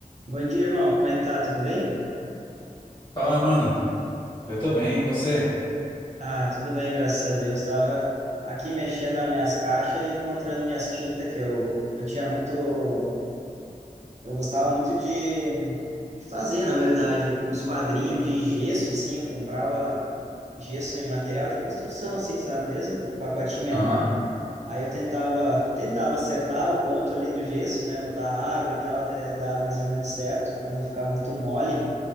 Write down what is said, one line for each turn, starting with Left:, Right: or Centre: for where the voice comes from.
Right: Bom dia, irmão. Como é que tá? Tudo bem?
Left: Fala, mano. Eu tô bem, e você?
Right: Ah, tudo bem, graças a Deus. Tava aqui mexendo nas minhas caixas e encontrando minhas tintas que eu, eu tinha muito, eu gostava muito de, de fazer, na verdade, uns quadrinhos de gesso, assim, eu comprava gesso em material de construção, assim, sabe mesmo? Pacotinho menor.
Left: Aham.
Right: Aí eu tentava, tentava acertar o ponto ali do gesso, né? Botar água e tal, até dar mais ou menos certo, para não ficar muito mole.